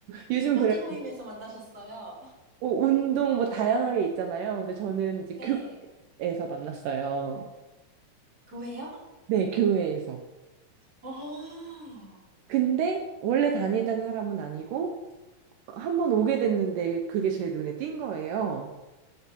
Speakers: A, on the right; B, on the right.
A: 요즘
B: 어디
A: 그래,
B: 모임에서 만나셨어요?
A: 뭐 운동 뭐 다양하게 있잖아요. 근데 저는 이제
B: 네.
A: 교회에서 만났어요.
B: 교회요?
A: 네, 교회에서.
B: 어.
A: 근데 원래 다니던 사람은 아니고, 한 번 오게 됐는데 그게 제 눈에 띈 거예요.